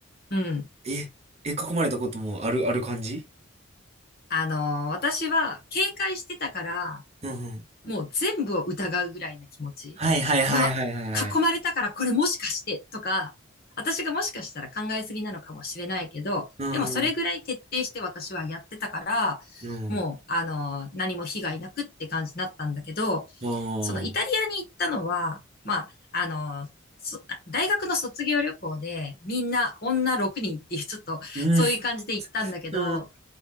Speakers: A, on the left (about 45°); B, on the right (about 30°).
A: うん。
B: え、え、囲まれたこともある、ある感じ
A: あのー私は警戒してたから、
B: うんうん。
A: もう全部を疑うぐらいな気持ちは、
B: はいはいはいはいはいはい。
A: 囲まれたからこれもしかしてとか、私がもしかしたら考えすぎなのかもしれないけど、
B: うん。
A: でもそれぐらい徹底して私はやってたから、
B: うん。
A: もう、あの、何も被害なくって感じになったんだけど、
B: ああ。
A: そのイタリアに行ったのは、まあ、あの、そ大学の卒業旅行でみんな女6人っていうちょっとそういう感じで行ったんだけど、
B: うん。う